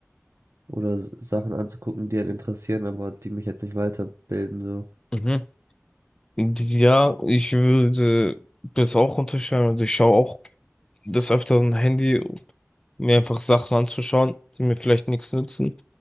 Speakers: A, on the right; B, on the left.
A: oder s- Sachen anzugucken, die einen interessieren, aber die mich jetzt nicht weiterbilden, so.
B: Mhm. Ja, ich würde das auch unterschreiben. Also ich schaue auch des Öfteren Handy, um mir einfach Sachen anzuschauen, die mir vielleicht nichts nützen.